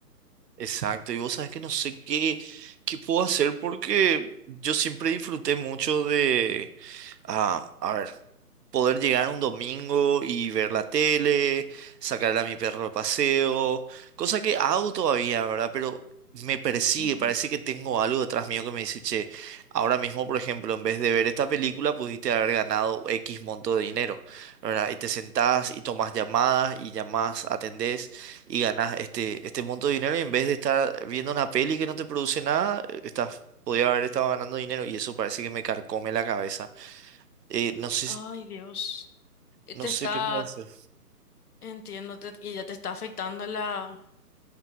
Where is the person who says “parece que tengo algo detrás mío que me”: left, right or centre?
Right